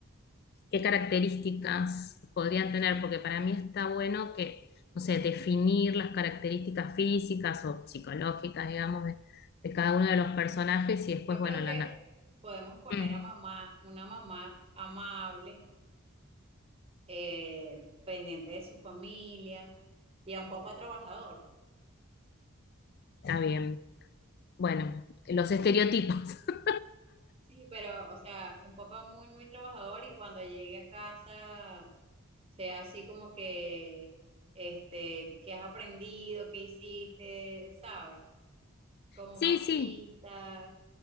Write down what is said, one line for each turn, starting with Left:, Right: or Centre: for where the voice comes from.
Left: qué características podrían tener, porque para mí está bueno que, no sé, definir las características físicas o psicológicas, digamos, de, de cada uno de los personajes y después,
Right: Yo creo
Left: bueno, la...
Right: que
Left: na-
Right: podemos poner
Left: Mm,
Right: a mamá, una mamá amable, eh, pendiente de su familia y a un papá trabajador.
Left: está bien. Bueno, los estereotipos. <laughs>
Right: Sí, pero, o sea, un papá muy, muy trabajador y cuando llegue a casa sea así como que, este, ¿qué has aprendido? ¿Qué hiciste? ¿Sabes? Como
Left: Sí,
Right: machista
Left: sí,